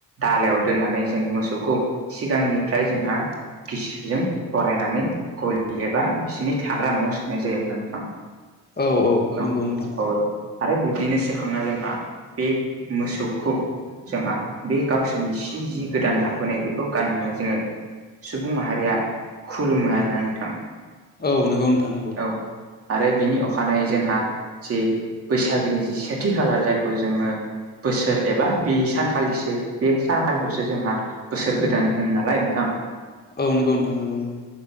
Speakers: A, on the right (about 50°); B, on the left (about 30°).
A: दालायाव दोननानै जों मोसौखौ सिगांनिफ्राय जोंहा गिसिबजों बरायनानै गलि एबा बिसिनि थाग्रा न'आव सोननाय जायो नोंथां
B: औ
A: औ
B: नंगौ नोंथां
A: औ <unintelligible> आरो बिब्दिनो सेखांना जोंहा बे मोसौखौ जोंहा बे गावसोरनि सि जि गोदान लाबोनाय बेखौ गानहोनानै जोङो सुबुं माहारिया खुलुमो आरोना नोंथां
B: औ नोंगौ नोंथां
A: औ आरो बिनि अखानायै जोंहा जि बैसागोनि जि सेथि खालार जायखौ जोङो बोसोर एबा बे सानखालिसो बे सानखालिखौसो जोंहा बोसोर गोदान होन नालाय थां
B: औ नंगौ नोंथां नंगौ नंगौ